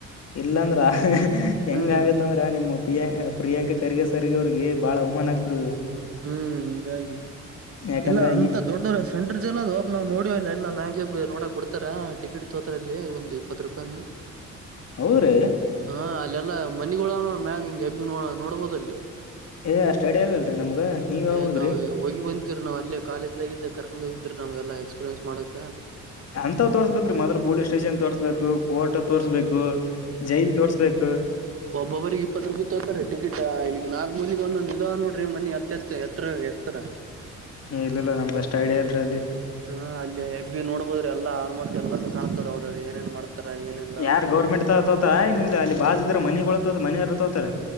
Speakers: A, on the left (about 55°); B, on the right (about 50°).
A: ಇಲ್ಲಾಂದ್ರ ಹೆಂಗ
B: ಹ್ಮ್ ಹ್ಮ್
A: ಆಗತ್ತ ಅಂದ್ರ ನಿಮ್ಮ ಪ್ರಿಯಾ ಪ್ರಿಯಾಂಕ ಖರ್ಗೆ ಸರ್ಗ ಅವ್ರಿಗೆ ಬಾಳ ಅವಮಾನ ಆಗ್ತದ.
B: ಹ್ಮ್ ಹಿಂಗಾಗಿ
A: ಯಾಕಂದ್ರ
B: ಇಲ್ಲ ಅ
A: ಈ
B: ತ ದೊಡ್ಡ ಸೆಂಟರ್ ಜೇಲ್ ಅದು ನಾವು ನೋಡವಿಲ ಎಲ್ಲ ಮ್ಯಾಗೆ ನೋಡಕ್ ಬಿಡ್ತಾರ ಟಿಕೆಟ್ ತೋತಾರ ಅಲ್ಲಿ ಒಂದ್ ಇಪ್ಪತ್ತ ರೂಪೆನ್ನ.
A: ಹೌದ್ರೀ.
B: ಹಾಂ ಅಲ್ಲೆಲ್ಲ ಮನಿಗಳ ಆವ ನೋಡ ಮ್ಯಾಗ ಹಿಂಗೆಬ್ಬಿ ನೋಡ ನೋಡ್ಬೋದಲ್ಲಿ.
A: ಹೇ ಅಷ್ಟು ಐಡಿಯ ಇಲ್ಲಲ್ರಿ ನಮ್ಗ. ನೀವ್ ಯಾವಾಗ
B: ಏ
A: ಹೋಗಿರಿ
B: ನಾವು ಹೋಗಿ ಬಂದಿದ್ದರೀ ನಾವ್ ಅಲ್ಲೇ ಕಾಲೇಜ್ದಾಗಿದ್ದ ಕರ್ಕೊಂಡ್ ಹೋಗಿದ್ರಿ ನಾವ್ಗೆಲ್ಲ ಎಕ್ಸ್ಪೀರಿಯನ್ಸ್ ಮಾಡಕ.
A: ಹಂತವ್ ತೋರಸ್ಬೇಕು ರೀ ಮದಲ್ ಪೋಲೀಸ್ ಸ್ಟೇಷನ್ ತೋರ್ಸಬೇಕು ಕೋರ್ಟ್ ತೋರಸ್ಬೇಕ್ ಕು ಜೈಲ್ ತೋರ್ಸ್ಬೇಕು.
B: ಒಬ್ಬೊಬ್ಬರಿಗೆ ಇಪ್ಪತ್ತು ರೂಪೆ ತೋರ್ತಾರೆ ಟಿಕೆಟ್ ಇಲ್ಲಿಗ್ ನಾಲ್ಕ್ ಮೂಲಿಗ್ ಒಂದೊಂದ್ ಇದವ ನೋಡ್ರಿ ಮನಿ ಎತ್ತ ಎತ್ತತ್ ಎತ್ತ ಎತ್ತರ.
A: ಇಲ್ಲಿಲ್ಲ ನಮ್ಗೆ ಅಷ್ಟ್ ಐಡ್ಯಾ ಇಲ್ರಿ ಅಲ್ಲಿ.
B: ಹಾಂ ಅಲ್ಲಿ ಎಬ್ಬಿ ನೋಡ್ಬೋದರಿ ಎಲ್ಲಾ ಆಲ್ಮೋಸ್ಟ್ ಎಲ್ಲಾನ ಕಾಣ್ತಾರ ಅವರು ರ ಏನೇನ್ ಮಾಡ್ತಾರ ಏನಿಲ್ಲ
A: ಯಾರ್
B: ಅಂತ ಎಲ್ಲಾನು
A: ಗೌರ್ಮೆಂಟ್
B: ಕಾ
A: ತ ತೋತಾರ ಏನ್ ಇಲ್ಲ ಅಲ್ಲಿ ಬಾಜಿದ್ರ ಮನೆಗಳು ತೋತ ಮನಯರ ತೋತಾರ.